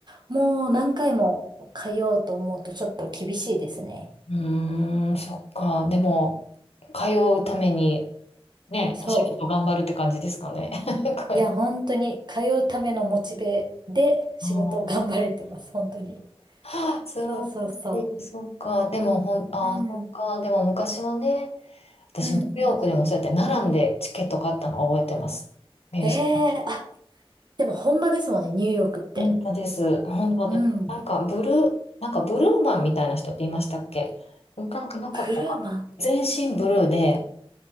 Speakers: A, on the right (about 45°); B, on the left (about 90°).
A: もう何回も通おうと思うとちょっと厳しいですね。
B: うーん、そっか。でも、通うために、ね、
A: そ
B: お仕事頑張るって感じですかね。<laughs> これ
A: う。いや、本当に通うためのモチベで仕事を頑張れてます。
B: あー
A: 本当に。
B: <laughs> 素晴らしい。
A: そうそうそ
B: そっか。でも、ほん、あー、
A: う。うん。
B: そっか。でも、昔はね、私、
A: うんうん。
B: ニューヨークでもそうやって並んでチケット買ったの覚えてます。ミュージカル。
A: ええあ、でも本場ですもんね、ニューヨークって。
B: 本当です。本当で、
A: うん。
B: なんか、ブルー、なんか、ブルーマンみたいな人っていましたっけなんかなかったかな。
A: ブルーマン
B: 全身ブルーで、